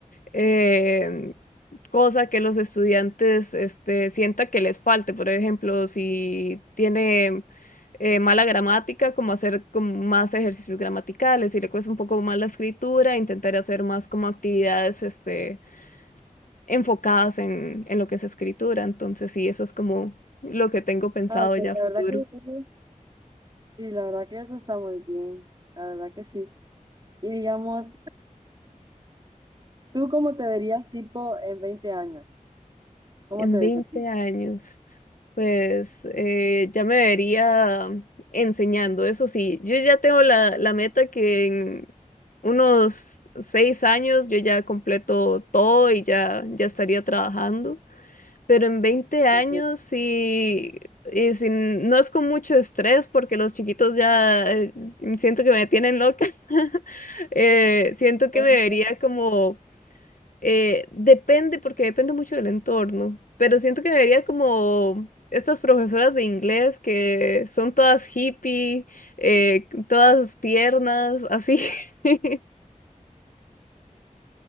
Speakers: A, on the left (about 75°); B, on the right (about 35°).
A: eh, cosa que los estudiantes este, sienta que les falte. Por ejemplo, si tiene eh, mala gramática, como hacer como más ejercicios gramaticales. Si le cuesta un poco más la escritura, intentar hacer más como actividades este, enfocadas en, en lo que es escritura. Entonces, sí, eso es como lo que tengo pensado
B: Ah, ok,
A: ya a
B: la
A: futuro.
B: verdad que eso- sí, la verdad que eso está muy bien, la verdad que sí. Y digamos, ¿tú cómo te verías tipo en 20 años? ¿Cómo
A: En
B: te
A: 20
B: ves a ti?
A: años. Pues eh, ya me vería enseñando, eso sí, yo ya tengo la, la meta que en unos seis años yo ya completo todo y ya, ya estaría trabajando, pero en veinte años
B: Ok.
A: sí, y sin- no es con mucho estrés porque los chiquitos ya eh, siento que me tienen loca, <laughs> eh, siento que
B: Ajá.
A: me vería como eh, depende, porque depende mucho del entorno, pero siento que vería como estas profesoras de inglés que son todas hippie, eh, todas tiernas, así. <laughs>